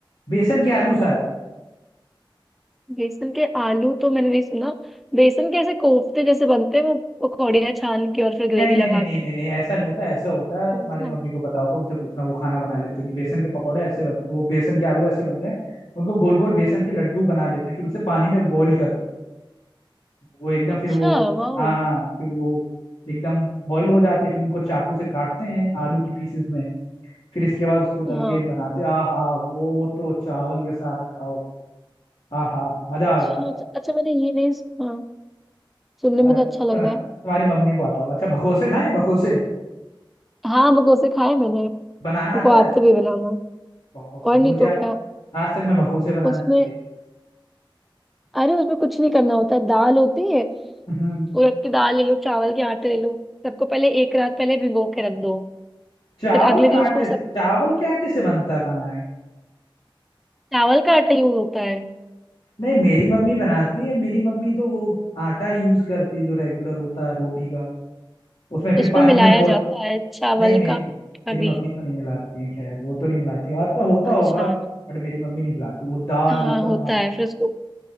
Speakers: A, on the left; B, in the centre.
A: बेसन के आलू शायद
B: बेसन के आलू तो मैंने नहीं सुना बेसन के ऐसे कोफ्ते जैसे बनते हैं वो पकौड़ियाँ छान के और फिर ग्रेवी
A: नहीं नहीं
B: लगा
A: नहीं नहीं नहीं नहीं ऐसा नहीं होता ऐसा होता है
B: के
A: तुम्हारी मम्मी को पता होगा उनसे पूछना वो खाना बना लेती होंगी बेसन के पकौड़े ऐसे बनते हैं वो बेसन के आलू ऐसे बनते हैं उनको गोल गोल बेसन के लड्डू बना लेते हैं फिर उसे पानी में बॉईल करते हैं वो एकदम
B: अच्छा
A: फिर वो
B: वाओ
A: हाँ फिर वो एकदम बॉईल हो जाते हैं फिर उनको चाकू से काटते हैं आलू की पीसेस में फिर इसके बाद उसको तल
B: हाँ
A: के बनाते आहा वो तो चावल के साथ खाओ आहा मजा आ
B: अच्छा
A: जाता
B: अच्छा अच्छा मैंने ये नहीं सुना सुनने
A: है
B: में
A: अ, तो
B: तो अच्छा लग
A: ना,
B: रहा
A: तुम्हारी
B: है
A: मम्मी को आता हो अच्छा भगोसे खाए भगोसे
B: हाँ मकोसे खाए मैंने मेरे
A: बनाना आता
B: को आते
A: है
B: भी बनाना
A: बहुत सही
B: और नहीं
A: मुझे
B: तो
A: आ-
B: क्या
A: आज तक मैं भगोसे बनाना
B: उसमें
A: नहीं सीखा
B: अरे उसमें कुछ नहीं करना होता है दाल होती है
A: हम्म
B: उड़द की दाल ले लो चावल के आटे ले लो सबको पहले एक रात पहले भिगो के रख दो
A: चावल
B: फिर अगले
A: के
B: दिन उसको
A: आटे
B: सब
A: से- चावल के आटे से बनता कहाँ है
B: चावल का आटा यूज होता है
A: नहीं मेरी मम्मी बनाती है मेरी मम्मी तो वो आटा यूज करती है जो रेगुलर होता है रोटी का उसमें फिर
B: उसमें
A: पानी
B: मिलाया
A: में बॉय
B: जाता है चावल
A: नहीं मेरी
B: का आटा
A: मेरी मम्मी
B: भी
A: तो नहीं मिलाती है खैर वो तो नहीं मिलाती है होता होता होगा
B: अच्छा
A: बट मेरी मम्मी नहीं मिलाती वो दाल
B: हाँ
A: एकदम
B: होता है फिर उसको